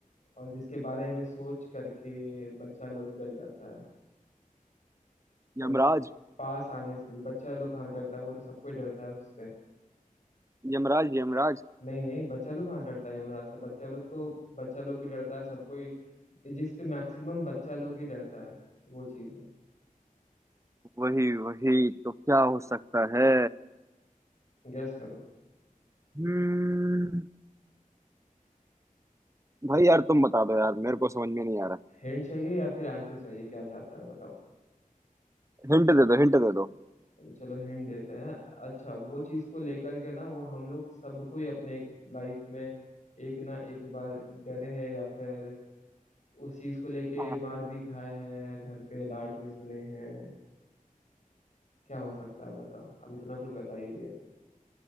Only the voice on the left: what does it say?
और जिसके बारे में सोच करके बच्चा लोग डर जाता है और
जिसके पास आने से भी बच्चा लोग कहाँ डरता है वो तो सबको ही डरता है उसपे
नहीं नहीं बच्चा लोग कहाँ डरता है यमराज से बच्चा लोग को बच्चा लोग भी डरता है सब कोई जिस पे मैक्सिमम बच्चा लोग ही डरता है वो चीज़ है
गेस करो
हिंट चाहिए या फिर आंसर चाहिए क्या चाहता है बताओ
अच्छा चलो हिंट देते हैं अच्छा वो चीज़ को लेकर के ना वो हम लोग सबको ही अपने एक लाइफ में एक ना एक बार डरे हैं या फिर उस चीज़ को लेके
मार भी खाए हैं घर पे डांट भी सुने हैं क्या हो सकता है बताओ अब इतना कुछ बता ही दिया